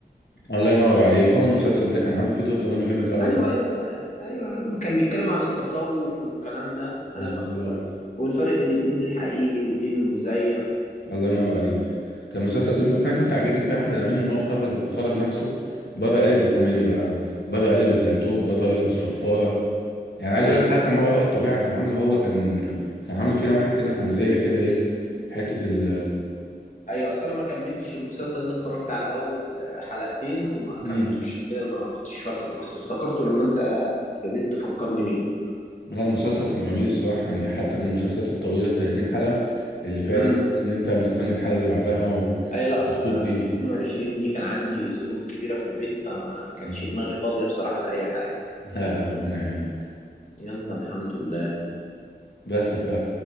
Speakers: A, on the left; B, on the left.
A: الله ينور عليك هو المسلسل ده كان عامل فيه دور درامي جامد قوي
B: ايوه ايوه ايوه يا عم كان بيتكلم عن التصوف والكلام ده
A: بالظبط
B: انا فاكره ايوه والفرق بين الدين الحقيقي والدين المزيف
A: الله ينور عليك كان مسلسل
B: مم.
A: جامد بس انا كنت عاجبني في احمد امين ان هو خرج خرج نفسه بره قالب الكوميديا بقى بره قالب البلاتو بره قالب الصفاره يعني عايز
B: ايوه
A: اقول لك حتى ما وراء الطبيعه كان عامله هو كان كان عامله فيه لمحه كده كوميديه كده ايه حته ال
B: ايوه اصل انا ما كملتش المسلسل ده اتفرجت على اول حلقتين وما كملتوش
A: امم
B: عشان كده ما كنتش فاكره بس افتكرته لما انت ابتديت تفكرني بيه
A: لا المسلسل كان جميل الصراحه يعني حتى من المسلسلات الطويله ال 30 حلقه اللي فعلا
B: امم
A: تحس ان انت مستني الحلقه اللي بعدها ومبسوط
B: ايوه لا اصل انا
A: بيه
B: 2022 دي كان عندي ظروف كبيره في البيت فما كانش
A: مم.
B: دماغي فاضيه بصراحه لاي حاجه
A: لا لا ربنا يعينك
B: يلا الحمد لله
A: بس ف